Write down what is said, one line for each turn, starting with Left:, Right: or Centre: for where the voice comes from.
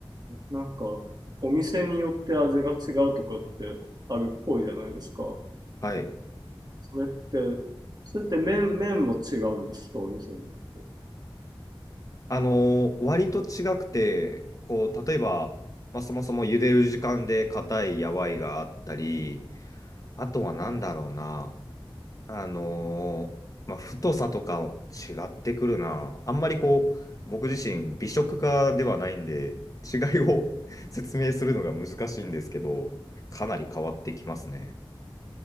Right: なんか、お店によって味が違うとかってあるっぽいじゃないですか。
Left: はい。
Right: それって、それって麺、麺も違うんですか、お店によって。
Left: あのー割と違くて、こう、例えば、まあ、そもそも茹でる時間で硬いやわいがあったり、あとはなんだろうな、あのーまあ、太さとか違ってくるな。あんまりこう、僕自身美食家ではないんで、違いを <laughs> 説明するのが難しいんですけど、かなり変わってきますね。